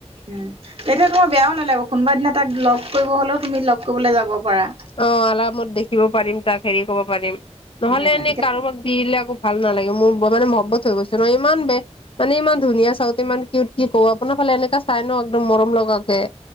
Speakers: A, on the right (about 55°); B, on the left (about 50°).
A: উম তেতিয়া তোমাৰ বেয়াও নালাগিব কোনোবা দিনা তাক লগ কৰিব হ'লেও তুমি লগ কৰিবলৈ যাব পাৰা।
B: অ আলামত দেখিব পাৰিম তাক। হেৰি কব পাৰিম। নহলে
A: উম,
B: এনেই কাৰোবাক দিলাক মোৰ ভাল নালাগে মোৰ মানে মহহ্বত হৈ গৈছে ন ইমান বেয়া মানে ইমান ধুনীয়া চাওতে ইমান কিউট কি কব আপোনাৰ ফালে এনেকা চাই ন একদম মৰম লগাকে।